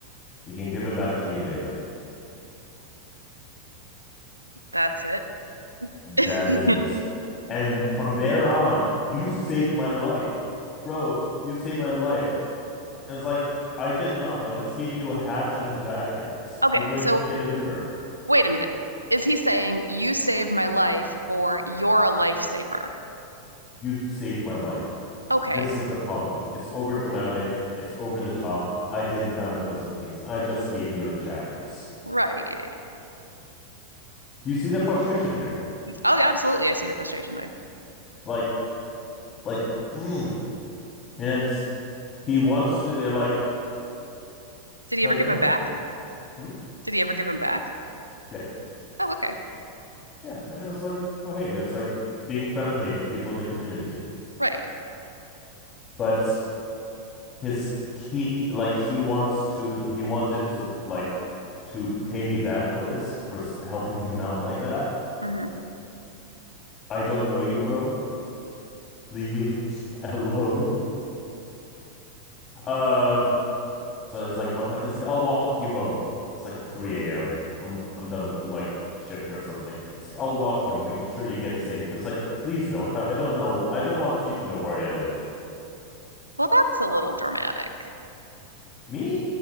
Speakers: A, on the left; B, on the right.
A: You can give it back to me later.
B: That's it.
A: That
B: <laughs>
A: is it. And from there on, you saved my life. Bro, you saved my life. And it's like, I did not. I just gave you a hat and a jacket.
B: Okay,
A: You're going
B: so
A: to get an Uber.
B: wait a minute. Is he saying you saved my life or you're a lifesaver?
A: You saved my life.
B: Okay,
A: This is the problem. It's over dramatic. It's over the top. I did none of those things. I just gave you a jacket.
B: right.
A: Do you see the frustration here?
B: Oh, yeah, absolutely. I see the frustration there.
A: like like mm. and he wants to eh, like
B: Did
A: so
B: he ever
A: I've
B: give
A: known
B: him back?
A: him. Hmm?
B: Did he ever give him back?
A: Yeah,
B: Oh, okay,
A: yeah. And it was like, oh hey, it was like being friendly to people in the community.
B: right.
A: But his key, like he wants to, he wanted like to pay me back for this for helping him out like that.
B: hmm
A: I don't know you, bro. Leave me the <laughs> f- alone. Um, So it's like one time it's like I'll walk you home. It's like 3 a.m. I'm I'm done with like shift or something. It's like I'll walk you home. Make sure you get safe. It's like please don't. I don't know. I don't want you to know where I live.
B: Well, that's a little dramatic.
A: Me?